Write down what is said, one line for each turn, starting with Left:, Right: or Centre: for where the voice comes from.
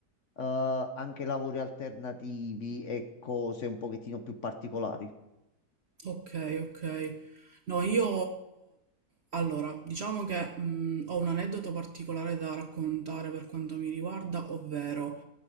Left: eh, anche lavori alternativi e cose un pochettino più particolari.
Right: Ok, ok. No, io allora, diciamo che mh, ho un aneddoto particolare da raccontare per quanto mi riguarda, ovvero